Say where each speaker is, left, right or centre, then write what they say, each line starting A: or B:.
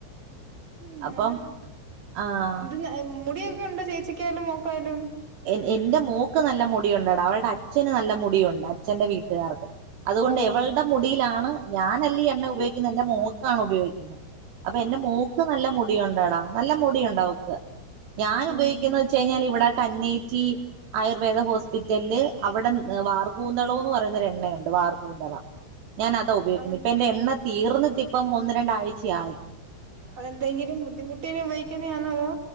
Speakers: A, on the right; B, on the right.
A: ഉം
B: അപ്പം
A: നല്ല
B: ആഹ്
A: ത് മുടിയൊക്കെ ഉണ്ടോ ചേച്ചിക്കായാലും മോക്കായാലും
B: എ എന്റെ മോക്ക് നല്ല മുടിയുണ്ട്ടാ അവൽടെ അച്ഛന് നല്ല മുടിയുണ്ട് അച്ഛന്റെ വീട്ടുകാർക്ക് അതുകൊണ്ട്
A: ഓ
B: ഇവളുടെ മുടിയിലാണ് ഞാനല്ല ഈ എണ്ണ ഉപയോഗിക്കുന്നത് എന്റെ മോൽ ക്കാണ് ഉപയോഗിക്കുന്നത് അപ്പൊ എന്റെ മോക്ക് നല്ല മുടി ഒണ്ടടാ നല്ല മുടി ഒണ്ട് അവക്ക് ഞാൻ
A: ഉം
B: ഉപയോഗിക്ക്യാന്ന വെച്ച് കയിഞ്ഞാ ഇവടെ കന്നേറ്റി ആയുർവേദ ഹോസ്പിറ്റലില് അവടെ വാർകൂന്തളോന്ന് പറയു ന്നൊരെണ്ണയുണ്ട് വാർകൂന്തള ഞാൻ അതാ ഉപയോഗിക്ക്ന്നെ
A: അതെ
B: ഇപ്പം എന്റെ എണ്ണ തീർന്നിട്ട് ഇപ്പം ഒന്ന് രണ്ടാഴ്ച്ചയായി
A: അതെന്തെങ്കിലും ബുദ്ധിമുട്ടിന് ഉപയോഗിക്കുന്നെ ആന്നോ അതോ